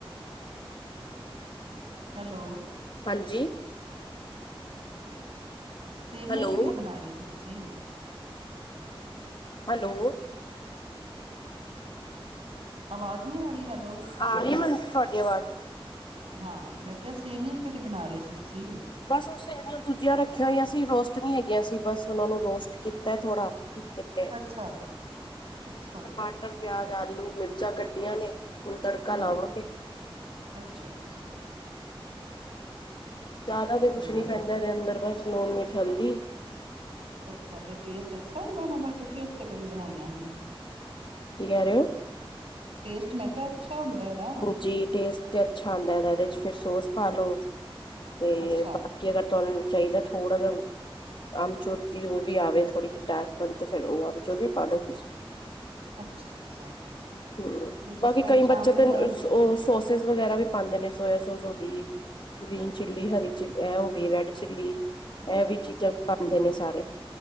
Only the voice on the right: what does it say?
ਹੈਲੋ।
ਸੇਵੀਆਂ
ਕਿਹੜੀਆਂ ਬਣਾ ਰਹੇ ਸੀ ਤੁਸੀਂ?
ਆਵਾਜ਼ ਨਹੀਂ ਆ ਰਹੀ ਹੈਲੋ
ਹਾਂ, ਮੈਂ ਕਿਹਾ ਸੇਵੀਆਂ ਕਿਹੜੀ ਬਣਾ ਰਹੇ ਸੀ ਤੁਸੀਂ?
ਅੱਛਾ, ਅੱਛਾ।
ਹੂੰ,
ਅੱਛਾ-ਅੱਛਾ।
ਚਲੋ
ਬਸ।
ਅੱਛਾ ਤੇ ਟੇਸਟ ਅੱਛਾ ਹੁੰਦਾ ਇਹਨਾਂ ਦਾ ਕਿਉਂਕਿ ਅਸੀ ਤੇ ਕਦੇ ਬਣਾਇਆ ਨੀ ਹੈ।
ਟੇਸਟ ਮੈਂ ਕਿਹਾ ਅੱਛਾ ਹੁੰਦਾ ਇਹਦਾ।
ਅੱਛਾ
ਅੱਛਾ-ਅੱਛਾ
ਤੇ ਜਿਸ
ਤਰ੍ਹਾਂ
ਸ਼ਾਮ
ਦੇ
ਟੈਮ